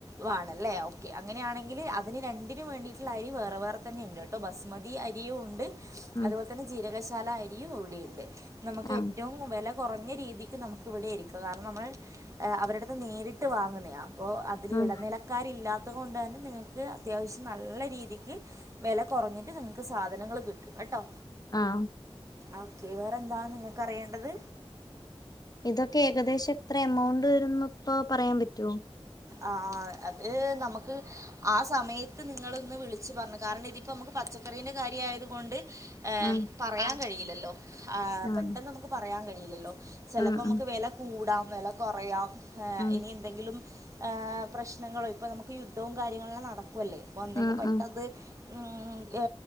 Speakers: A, on the right; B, on the left.
A: വാണല്ലേ ഓക്കെ അങ്ങനെയാണെങ്കില് അത് തിന് രണ്ടിനും വേണ്ടീട്ട്ള്ള അരി വേറെ വേറെ തന്നെ ണ്ട്ട്ടോ ബസ്മതി അരിയൂണ്ട്
B: ഉം
A: അതുപോലെ തന്നെ ജീരകശ ശാല അരിയും ഇവിടെയുണ്ട് നമ്മക്ക്
B: ആഹ്
A: ഏറ്റവും വെല കൊറഞ്ഞ രീതിക്ക് നമുക്ക് ഇവിടെ എരിക്കാ കാരണം നമ്മൾ അവരട്ത്ത്ന്ന് നേരിട്ട് വാങ്ങുന്നേയാ അപ്പോ അതില്
B: ഉം
A: ഇടനിലക്കാരില്ലാ അതുകൊണ്ട് തന്നെ നിങ്ങക്ക് അത്യാവശ്യം നല്ല രീതിക്ക് വെല കൊറഞ്ഞിട്ട് നിങ്ങക്ക് സാധനങ്ങൾ കിട്ടും കെട്ടോ
B: ആം
A: ഓക്കെ വേറെ എന്താണ് നിങ്ങക്ക് അറിയേണ്ടത്
B: ഇതൊക്കെ ഏകദേശം എത്ര എമൗണ്ട് വരുന്ന്പ്പോ പറയാം പറ്റോ
A: ആ ആ അത് നമ്മക്ക് ആ സമയത്ത് നിങ്ങളൊന്ന് വിളിച്ച് പറഞ്ഞു കാരണം ഇതിപ്പോ നമ്മക്ക് പച്ചക്കറീന്റെ കാര്യായത് കൊണ്ട് ഏ
B: ഉം
A: പറയാൻ കഴിയില്ലല്ലോ ആ
B: ആഹ്
A: പെട്ടെന്ന് നമ്ക്ക് പറയാൻ കഴി ല്ലല്ലോ ചെലപ്പോ
B: ഉം
A: മ്മക്ക്
B: ഉം
A: വെല കൂടാം വെല കൊറയാം ഹേ
B: ഉം
A: ഇനി എന്തെങ്കിലും ഹേ പ്രശ്നങ്ങളേയ് ഇപ്പ നമ്മക്ക് യുദ്ധവും കാര്യങ്ങളെക്കെ നട ക്കുവല്ലേ പ്പന്നേക്ക്
B: ഉം
A: പെട്ടെന്ന്
B: ഉം
A: ഉം ഏ